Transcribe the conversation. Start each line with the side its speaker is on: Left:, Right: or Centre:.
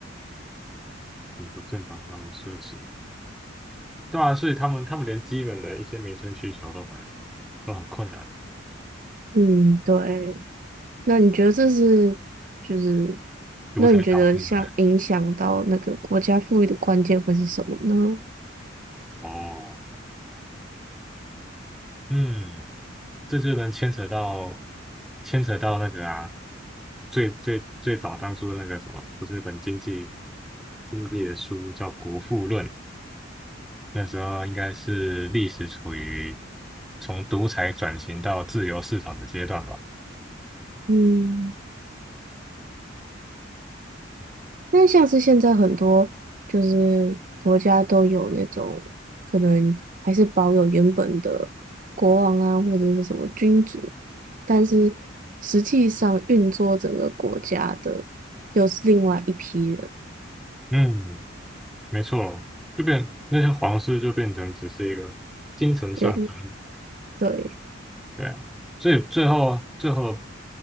Centre: 很不正常，非常的奢侈。对啊，所以他们他们连基本的一些民生需求都很都很困难，
Right: 嗯，对。那你觉得这是就是，
Centre: 独裁导致的嘛。
Right: 那你觉得像影响到那个国家富裕的关键会是什么呢？
Centre: 哦，嗯。这就能牵扯到牵扯到那个啊，最最最早当初那个什么，不是日本经济经济的书叫《国富论》，那时候应该是历史处于从独裁转型到自由市场的阶段吧。
Right: 嗯，那像是现在很多就是国家都有那种可能还是保有原本的国王啊，或者是什么君主，但是实际上运作整个国家的又是另外一批人。
Centre: 嗯，没错，就变那些皇室就变成只是一个精神象征，
Right: 对对，
Centre: 对啊，所以最后最后